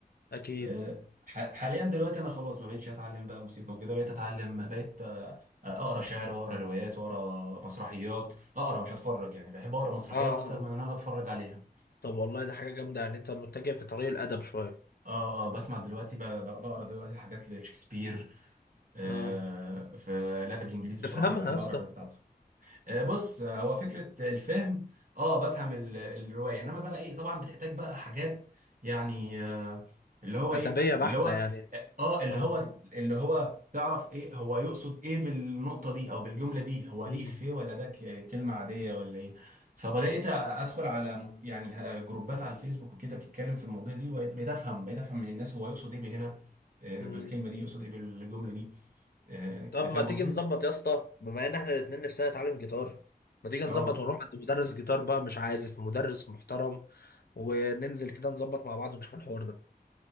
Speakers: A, on the left; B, on the right.
A: اكيد
B: آه، ح- حاليا دلوقتي انا خلاص ما بقتش اتعلم بقى موسيقى وكده بقيت اتعلم بقيت آه، اقرا شعر واقرا روايات واقرا مسرحيات اقرا مش اتفرج يعني بحب اقرا مسرحيات
A: اه
B: اكتر من
A: اه
B: ان انا اتفرج عليها
A: طب والله ده حاجة جامدة يعني انت متجه في طريق الأدب شوية
B: اه اه بسمع دلوقتي ب- ب- بقرا دلوقتي حاجات لشكسبير آه
A: اه
B: في الادب الانجليزي بصراحه
A: تفهمها
B: انا بحب
A: يا اسطى
B: اقرا الروايات بتاعته آه، بص آه، هو فكرة الفهم اه بفهم ال- الرواية انما بقى ايه طبعا بتحتاج بقى حاجات يعني آه، اللي هو
A: أدبية
B: ايه
A: بحتة
B: اللي هو
A: يعني
B: اه آه، اللي
A: اه
B: هو اللي هو تعرف ايه هو يقصد ايه بالنقطة دي او بالجملة دي هو دي
A: مم.
B: افيه ولا ده ك- كلمة عادية ولا ايه فبدأت ادخل على م- يعني آه، جروبات على الفيسبوك وكده بتتكلم في المواضيع دي وبقيت بقيت افهم بقيت افهم من الناس هو يقصد ايه بهنا آه،
A: مم.
B: بالكلمة دي يقصد ايه بالجملة دي آه، انت
A: طب
B: فاهم
A: ما تيجي
B: قصدي؟
A: نظبط يا اسطى بما ان احنا الاتنين نفسنا نتعلم جيتار ما تيجي نظبط
B: اه
A: ونروح عند مدرس جيتار بقى مش عازف مدرس محترم وننزل كده نظبط مع بعض ونشوف الحوار ده